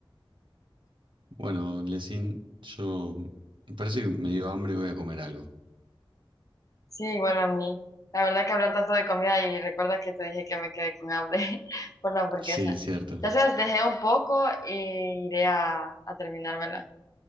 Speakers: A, on the right; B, on the left.
A: Bueno, Lesin, yo me parece que me dio hambre y voy a comer algo.
B: Sí, igual a mí. La verdad que hablar tanto de comida y recuerda que te dije que me quedé con hambre <laughs> por la hamburguesa.
A: Sí, cierto.
B: Ya sabes, dejé un poco e iré a, a terminármela.